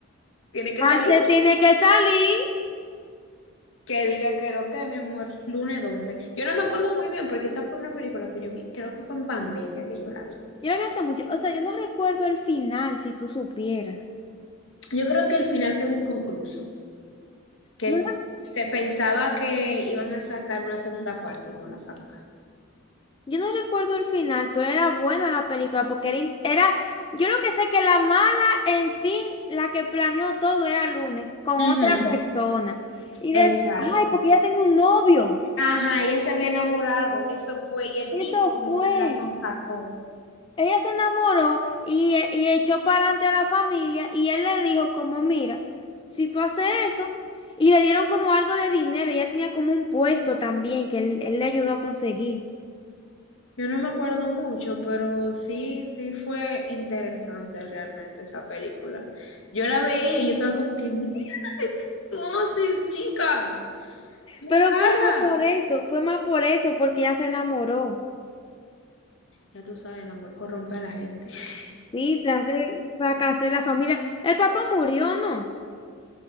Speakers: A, on the left; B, on the left.
A: tiene que
B: Marte
A: salir.
B: tiene que salir.
A: Que diga que lo que, mi amor, Luna, ¿dónde? Yo no me acuerdo muy bien porque esa fue una película que yo vi, creo que fue en pandemia que yo la vi.
B: Yo lo vi hace mucho, o sea, yo no recuerdo el final, si tú supieras.
A: Yo creo que el final quedó inconcluso, que
B: No
A: se pensaba que iban a sacar una segunda parte y no la sacaron.
B: Yo no recuerdo el final, pero era buena la película porque era, in- era, yo lo que sé que la mala, en fin, la que planeó todo era Lunes con
A: Ujú,
B: otra persona. Y
A: Exacto.
B: de, ay, porque ella tenía un novio.
A: Ajá, ella se había enamorado, eso fue, y el
B: Eso
A: tipo como
B: fue.
A: que la sonsacó.
B: Ella se enamoró y, e- y echó para adelante a la familia y él le dijo como, mira, si tú haces eso, y le dieron como algo de dinero, ella tenía como un puesto también que él, él le ayudó a conseguir.
A: Yo no me acuerdo mucho, pero sí, sí fue interesante realmente esa película. Yo la veía y yo estaba como que, mira, ¿cómo haces, chica? ¡No
B: Pero
A: salga!
B: fue más por eso, fue más por eso, porque ella se enamoró.
A: Ya tú sabes, el amor corrompe a la gente. <laughs>
B: Sí, tras de fracasé la familia. El papá murió, ¿no?